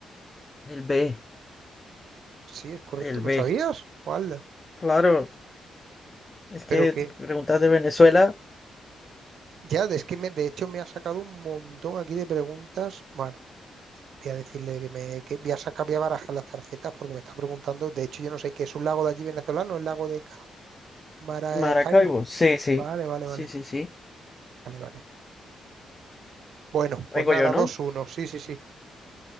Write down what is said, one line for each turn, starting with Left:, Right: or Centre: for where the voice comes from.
Left: El B,
Right: Sí, es correcto,
Left: el
Right: ¿lo
Left: B,
Right: sabías? ¡Hala!
Left: claro. Es que
Right: Pero que
Left: te preguntas de Venezuela,
Right: ya, es que me- de hecho me ha sacado un montón aquí de preguntas. Bueno, voy a decirle que me que voy a sacar, voy a barajar las tarjetas porque me está preguntando. De hecho, yo no sé qué es un lago de allí venezolano, el lago de Ca- Maracaibo.
Left: Maracaibo. Sí, sí,
Right: Vale, vale,
Left: sí,
Right: vale.
Left: sí, sí.
Right: Vale, vale. Bueno, pues
Left: Vengo
Right: nada,
Left: yo, ¿no?
Right: dos uno, Sí, sí, sí.